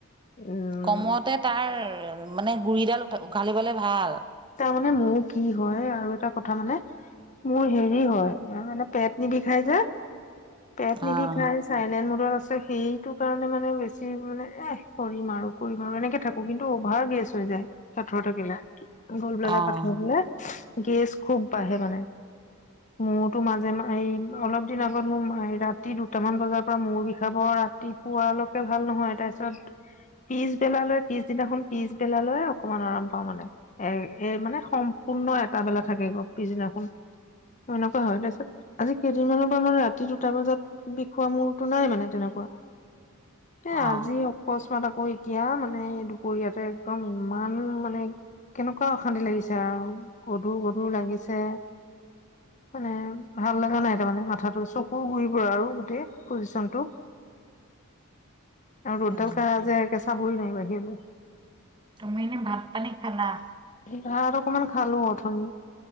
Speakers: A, on the left; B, on the right.
A: উম
B: কমতে তাৰ মানে গুৰিডাল উ উঘালি পালে ভাল
A: তাৰমানানে মোৰ কি হয় আৰু এটা কথা মানে মোৰ হেৰি হয় মানে পেট নিবিষাই যে পেট
B: আহ
A: নিবিি খাই চাইলে ম আছে সেইটো কাৰণে মানে বেছি মানে এহ কৰিম আৰু কৰিম আৰুো এনেকে থাকো কিন্তু অভাৰ গেছ হৈ যায় সথৰ থাকিলেি গোল বলজা
B: আহ
A: পাঠাব বলে গেছ খুব বাঢ়ে মানে মৌতো মাজে ম এই অলপ দিন আগত মোৰ ৰাতি দুটামান বজাৰ পৰা মূৌ বিষাব ৰাতিপুৱালৈকে ভাল নহয় তাৰপিছত পিছবেলা লৈ পিছদিনাখন পিছবেলালৈ অকমান আৰাম পাওঁ মানে এ এ মানে সম্পূৰ্ণ এটা বেলা থাকে গ পিছদিনাখন এনেকুৱা হয় তাৰপিছত আজি কেইদিনমানৰ পৰা মানে ৰাতি দুটা বজাত বিষোৱা মোৰতো নাই মানে তেনেকুৱা স
B: আহ
A: আজি অকস্মাতক অ এতিয়া মানে দুপৰীয়াতে একদম ইমান মানে কেনেকুৱা অশান্তি লাগিছে আৰু গধুৰ গধুৰ লাগিছে মানে ভাল লগা নাই তাৰমানে মাথাটো চকু ঘুৰিব আৰু গোটেই পজিচনটো আৰু ৰোডল
B: উম
A: খজে কে <inaudible>
B: তুমি এনে ভাত পানী খালা?
A: ভাত অকমান খালো অথনি,